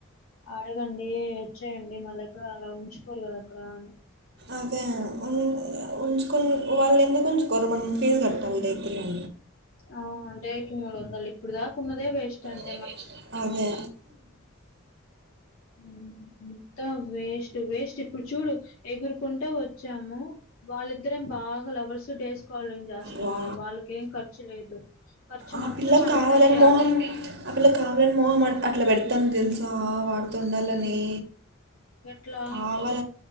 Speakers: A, on the left; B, on the right.
A: అడగండి వచ్చేయండి మళ్ళ ఎక్కడ అలా ఉంచుకోరు కదా అక్కడ అని
B: అదే ఉ ఉంచుకుని వాళ్ళు ఎందుకు ఉంచుకోరు మం ఫీజు కట్టాలి డైకిలో
A: ఆ డేటుమూడు వందలు ఇప్పుడు దాకా వున్నదే వేస్ట్ అండి
B: అదే బెష్ట అండి అదె
A: అంత వేస్ట్ వేస్ట్ ఇప్పుడు చూడు ఎగురు కుంటే వచ్చాము వాళ్ళిద్దరేం బాగా లవర్స్ డేస్ కాల్డ్రింగ్ చేస్తున్నారు
B: వా
A: వాళ్ళక ఏం ఖర్చు లేదు ఖర్చు
B: ఆ
A: మొత్తం
B: పిల్ల
A: మన
B: కావాలని
A: ఇద్దరి కె
B: మొహం
A: ఆడా
B: ఆ పిల్ల కావాలని మొహం అట్లా పెడతా తెలుసా వాడుత తండాలని
A: ఎ- ఎట్లా
B: కావాల